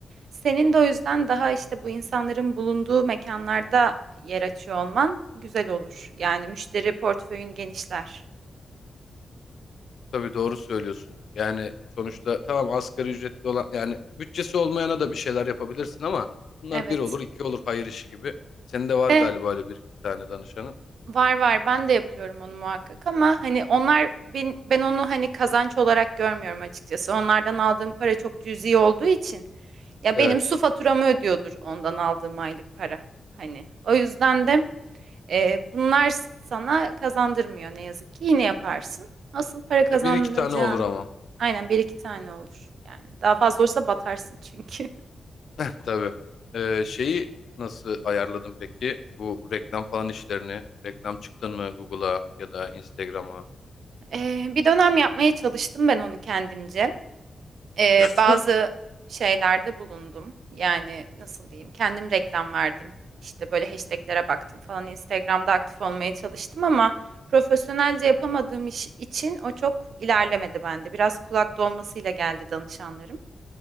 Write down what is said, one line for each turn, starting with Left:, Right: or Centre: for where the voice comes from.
Right: Senin de o yüzden daha işte bu insanların bulunduğu mekanlarda yer açıyor olman güzel olur. Yani müşteri portföyün genişler.
Left: tabii doğru söylüyorsun. Yani sonuçta tamam asgari ücretli olan yani bütçesi olmayana da bir şeyler yapabilirsin ama bunlar
Right: Evet.
Left: bir olur iki olur hayır işi gibi. Senin de var
Right: Ve
Left: galiba öyle bir iki tane danışanın.
Right: Var var ben de yapıyorum onu muhakkak ama hani onlar ben, ben onu hani kazanç olarak görmüyorum açıkçası. Onlardan aldığım para çok cüzi olduğu için ya
Left: Evet.
Right: benim su faturamı ödüyordur ondan aldığım aylık para. Hani o yüzden de e, bunlar sana kazandırmıyor ne yazık ki yine yaparsın. Asıl para kazanacağın
Left: Ya bir iki tane olur ama.
Right: aynen bir iki tane olur yani daha fazla olursa batarsın çünkü. <laughs>
Left: <laughs> Tabii. Ee, şeyi nasıl ayarladın peki? Bu reklam falan işlerini. Reklam çıktın mı Google'a ya da Instagram'a?
Right: E, bir dönem yapmaya çalıştım ben onu kendimce. Ee,
Left: <laughs>
Right: bazı şeylerde bulundum. Yani nasıl diyeyim? Kendim reklam verdim. İşte böyle hashtaglere baktım falan. Instagram'da aktif olmaya çalıştım ama profesyonelce yapamadığım iş için o çok ilerlemedi bende. Biraz kulak dolmasıyla geldi danışanlarım.